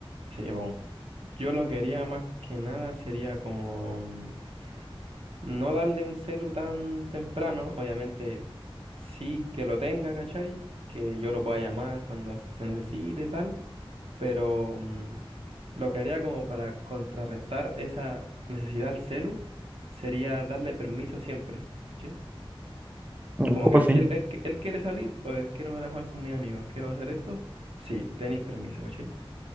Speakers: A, on the right (about 80°); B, on the right (about 15°).
A: Sí, po. Yo lo quería más que nada sería como mm, no darle un celu tan temprano, obviamente sí que lo tenga, ¿cachai? Que yo lo pueda llamar cuando se necesite y tal pero mm, lo que haría como para contrarrestar esa necesidad al celu sería darle permiso siempre, ¿cachai?
B: Un
A: Como
B: poco
A: que
B: así.
A: si él, él, él quiere salir, o eh, quiero ir a jugar con mis amigos, quiero hacer esto, sí, tenéis permiso, ¿cachai?